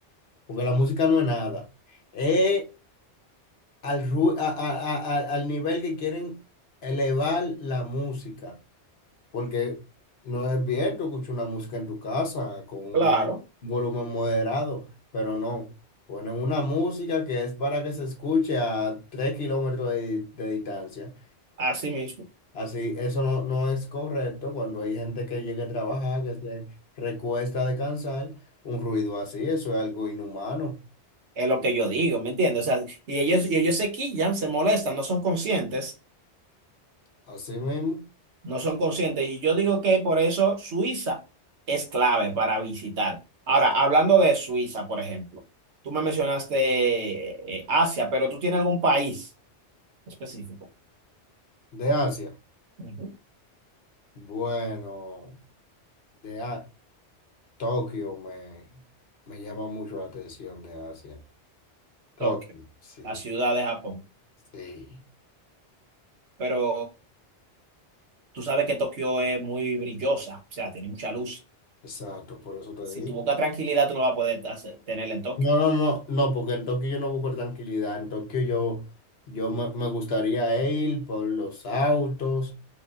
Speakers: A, on the left; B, on the right.
A: porque la música no es nada. Es al, ru- a- a- a- a- al nivel que quieren elevar la música, porque no es bien, tú escuchas una música en tu casa con un
B: Claro,
A: volumen moderado, pero no. Ponen una música que es para que se escuche a tres kilómetros de, de distancia.
B: así mismo.
A: Así, eso no, no es correcto cuando hay gente que llega a trabajar, que se recuesta a descansar, un ruido así, eso es algo inhumano.
B: Es lo que yo digo, ¿me entiendes? O sea, y ellos, y ellos se quillan, se molestan, no son conscientes.
A: Así mismo,
B: no son conscientes. Y yo digo que por eso Suiza es clave para visitar. Ahora, hablando de Suiza, por ejemplo, tú me mencionaste eh, Asia, pero tú tienes algún país específico.
A: de Asia.
B: Ujú.
A: Bueno, de A- Tokio me, me llama mucho la atención de Asia. Tokio,
B: Tokio,
A: sí,
B: la ciudad de Japón.
A: sí,
B: Pero tú sabes que Tokio es muy brillosa, o sea, tiene mucha luz.
A: exacto, por eso te
B: Si
A: digo.
B: tu buscas tranquilidad, tú no vas a poder hacer- tenerla en Tokio.
A: No, no, no, no, porque en Tokio yo no busco tranquilidad, en Tokio yo, yo me, me gustaría ir por los autos.